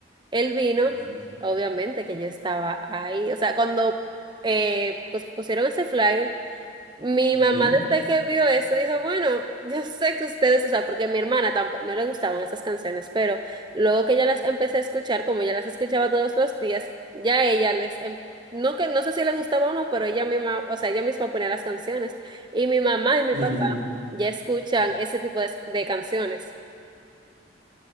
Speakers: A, on the right (about 25°); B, on the right (about 75°).
A: Él vino,
B: Ujú,
A: obviamente que yo estaba ahí, o sea, cuando eh, pues pusieron ese flyer, mi
B: ujú.
A: mamá desde que vio eso dijo, bueno, yo sé que ustedes, o sea, porque mi hermana tampoco, no le gustaban esas canciones, pero luego que ya las empecé a escuchar, como ya las escuchaba todos los días, ya ella les, em- no que no sé si le gustaba o no, pero ella misma, o sea, ella misma ponía las canciones y mi mamá y mi
B: <laughs>
A: papá ya escuchan ese tipo de, de canciones.